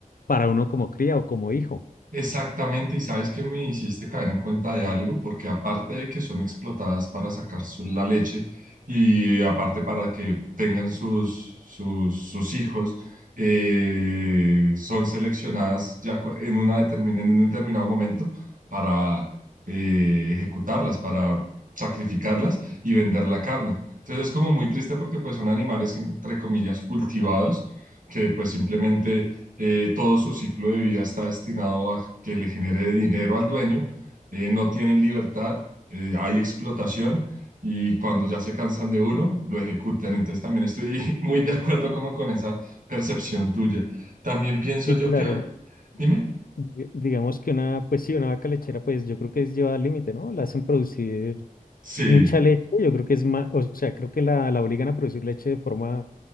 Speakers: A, on the left; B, on the right.
A: para uno como cría o como hijo.
B: Exactamente, y sabes que me hiciste caer en cuenta de algo, porque aparte de que son explotadas para sacar su- la leche y aparte para que tengan sus, sus, sus hijos, eh, son seleccionadas ya cu- en, una determin- en un determinado momento para eh, ejecutarlas, para sacrificarlas y vender la carne. Entonces es como muy triste porque pues son animales entre comillas cultivados que pues simplemente eh, todo su ciclo de vida está destinado a que le genere dinero al dueño, eh, no tienen libertad, eh, hay explotación y cuando ya se cansan de uno, lo ejecutan. Entonces también estoy <laughs> muy de acuerdo como con esa percepción tuya. También pienso
A: Sí,
B: yo
A: claro.
B: que, dime,
A: Di- Digamos que una, pues sí, una vaca lechera, pues yo creo que es llevada al límite, ¿no? La hacen producir
B: sí,
A: mucha leche, yo creo que es más, o sea, creo que la, la obligan a producir leche de forma